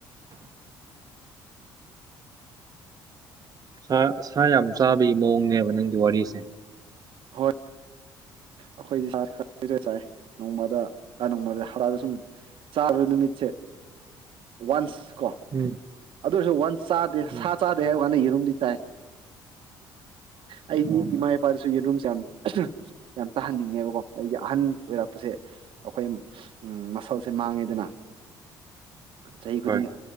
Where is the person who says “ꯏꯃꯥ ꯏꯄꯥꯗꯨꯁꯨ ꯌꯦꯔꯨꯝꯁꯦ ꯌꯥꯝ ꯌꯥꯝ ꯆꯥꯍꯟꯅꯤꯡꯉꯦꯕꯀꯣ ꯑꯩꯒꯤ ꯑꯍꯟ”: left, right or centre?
Right